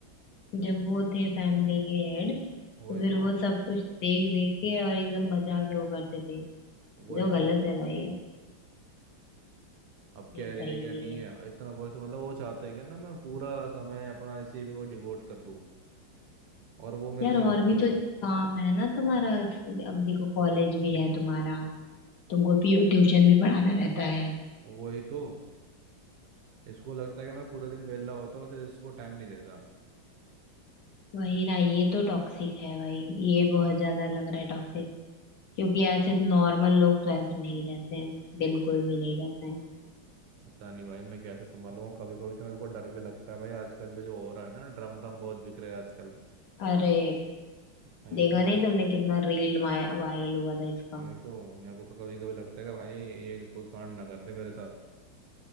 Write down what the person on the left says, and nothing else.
जब वो थे फैमिली के हेड
तो फिर
वो सब कुछ देख देख के और एकदम बचा के वो करते थे ये
तो गलत
है भाई
ये
सही
नहीं
है
यार
और
भी
तो काम है ना तुम्हारा अब देखो कॉलेज भी है तुम्हारा तुमको ट्यूशन भी पढ़ाना रहता है
वही ना ये तो टॉक्सिक है भाई ये बहुत ज्यादा लग रहा है टॉक्सिक क्योंकि ऐसे नॉर्मल लोग तो ऐसे नहीं रहते हैं बिल्कुल भी नहीं रहते हैं
अरे
देखा
नहीं तुमने कितना रील वायरल हुआ था इसका